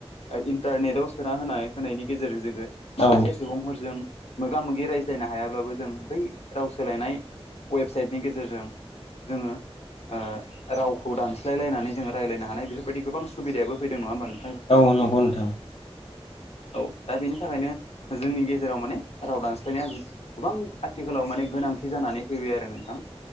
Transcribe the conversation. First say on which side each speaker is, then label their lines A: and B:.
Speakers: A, on the left; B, on the left.
A: ओ इन्टारनेटआव सोना होनाय होनायनि गेजेर जोगो माखासे
B: औ
A: सुबुंफोरजों मोगा मोगि रायज्लायनो हायाब्लाबो जों बै राव सोलायनाय वेबसाइटनि गेजेरजों जोङो ओ रावखौ दानस्लायलायनानै जोङो रायलायनो हानाय बेफोरबायदि गोबां सुबिदायाबो फैदों नङा होमबा नों
B: औ औ नंगौ नोंथां।
A: <inaudible> औ दा बेनि थाखायनो जोंनि गेजेराव माने राव दानस्लायनाया गोबां आथिखालाव माने गोन नांथि जानानै फैबाय आरो नोंथां।